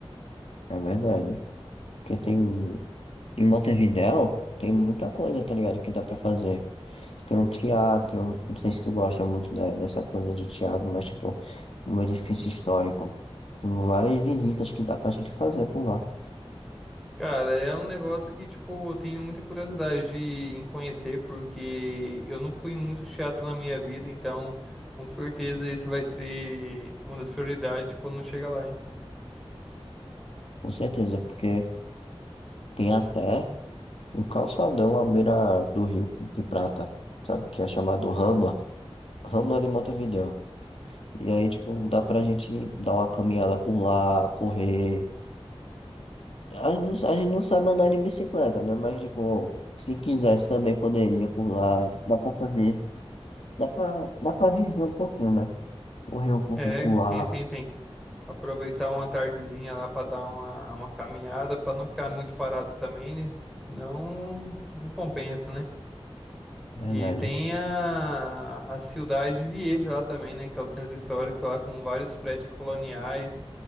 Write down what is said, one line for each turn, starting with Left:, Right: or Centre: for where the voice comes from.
Left: É verdade. Porque tem, em Montevidéu, tem muita coisa, tá ligado? Que dá pra fazer. Tem um teatro, não sei se tu gosta muito da- dessa coisa de teatro, mas tipo, um edifício histórico. Com várias visitas que dá pra gente fazer por lá,
Centre: Cara, é um negócio que, tipo, eu tenho muita curiosidade de, em conhecer, porque eu não fui em muito teatro na minha vida, então, com certeza, esse vai ser uma das prioridades quando chega lá, hein?
Left: com certeza. Porque tem até um calçadão à beira do Rio de Prata, sabe? Que é chamado Rambla. Rambla de Montevidéu. E aí, tipo, dá pra gente dar uma caminhada por lá, correr. A gente não, a gente não sabe andar de bicicleta, né? Mas, tipo, se quisesse também poderia por lá. Dá pra fazer. Dá pra, dá pra viver um pouquinho, né? Correr um pouquinho
Centre: É,
Left: por
Centre: sim,
Left: lá.
Centre: sim, tem. Aproveitar uma tardezinha lá para dar uma, uma caminhada, para não ficar muito parado também, né? Senão não compensa, né?
Left: Verdade.
Centre: E tem a, a Cidade de Viejo lá também, né? Que é o centro histórico lá com vários prédios coloniais.